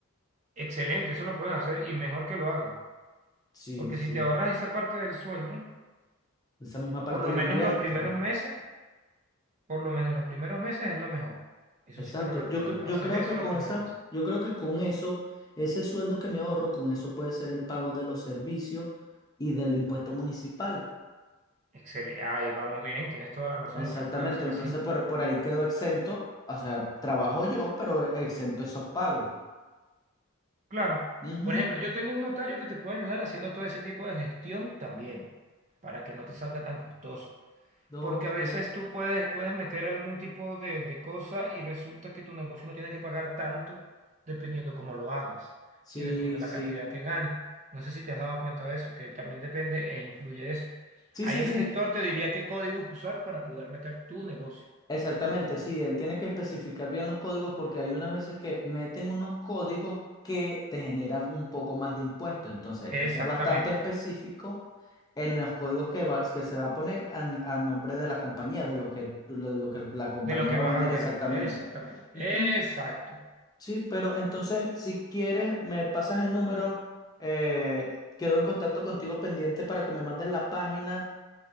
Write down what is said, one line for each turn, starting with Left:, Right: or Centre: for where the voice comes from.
Right: excelente, eso lo puedes hacer y mejor que lo hagas.
Left: Sí,
Right: Porque
Left: sí.
Right: si te ahorras esa parte del sueldo,
Left: Esa misma parte
Right: por lo
Left: la
Right: menos
Left: invierto.
Right: los primeros meses, por lo menos los primeros meses es lo mejor. Eso
Left: Exacto.
Right: sí te lo recomiendo,
Left: Yo, cre- yo
Right: hacer
Left: creo
Right: eso
Left: que con
Right: los primeros
Left: esa,
Right: meses.
Left: yo creo que con eso, ese sueldo que me ahorro, con eso puede ser el pago de los servicios y del impuesto municipal.
Right: Excelente, ahí vamos bien, tienes toda la razón,
Left: Exactamente.
Right: eso lo puedes hacer
Left: Entonces
Right: así.
Left: por, por ahí quedo exento. O sea, trabajo yo, pero exento esos pagos.
Right: Claro,
Left: Ujú.
Right: por ejemplo, yo tengo un notario que te puede ayudar haciendo todo ese tipo de gestión también, para que no te salga tan costoso.
Left: Ok.
Right: Porque a veces tú puedes, puedes meter algún tipo de, de cosa y resulta que tu negocio no tiene que pagar tanto dependiendo cómo lo hagas
Left: Sí,
Right: y dependiendo la
Left: sí.
Right: cantidad que ganes. No sé si te has dado cuenta de eso, que también depende e influye eso.
Left: Sí,
Right: Ahí
Left: sí,
Right: el
Left: sí.
Right: gestor te diría qué códigos usar para poder meter tu negocio.
Left: Exactamente, sí. Él tiene que especificar bien los códigos porque hay unas veces que meten unos códigos que te generan un poco más de impuesto. Entonces hay
Right: Exactamente.
Left: que ser bastante específico en los códigos que va, que se va a poner a, a nombre de la compañía, de lo que, lo- de lo que la compañía
Right: De lo que
Left: va
Right: vas
Left: a vender
Right: a vender.
Left: exactamente.
Right: Exactamente. Exacto.
Left: Ujú. Sí, pero entonces, si quieres, me pasas el número. eh, quedo en contacto contigo pendiente para que me mandes la página